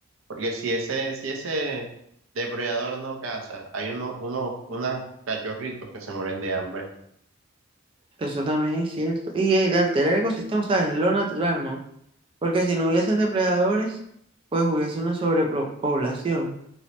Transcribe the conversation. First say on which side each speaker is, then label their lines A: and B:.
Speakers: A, on the right; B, on the right.
A: porque si ese, si ese depredador no caza, hay uno, uno, unos cachorritos que se mueren de hambre.
B: Eso también es cierto. Y el alterar el ecosistema, o sea, es lo natural, ¿no? Porque si no hubiesen depredadores, pues hubiese una sobrepoblación,